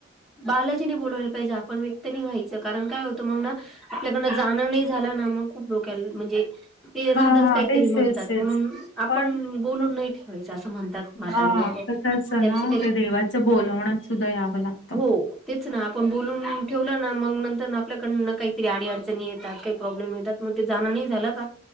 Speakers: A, in the centre; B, on the left.
A: बालाजीने बोलवायला पाहिजे, आपण व्यक्त नाही व्हायचं कारण काय होतं मग ना आपल्याकडनं जाणं नाही झालं ना मग खूप डोक्याला म्हणजे ते राहतच
B: हा हा
A: काहीतरी
B: तेच
A: म्हणतात
B: तेच तेच.
A: म्हणून आपण
B: पण
A: बोलून नाही ठेवायचं असं म्हणतात म्हणतात
B: हा
A: म्हातारे लोक
B: कसं असतं
A: यांची
B: ना ते देवाचं बोलवण्यात सुद्धा यावं लागतं
A: हो तेच ना आपण बोलून ठेवलं ना मग नंतर आपल्याकडन काहीतरी अडी अडचणी येतात काही प्रॉब्लेम येतात मग ते जाणं नाही झालं का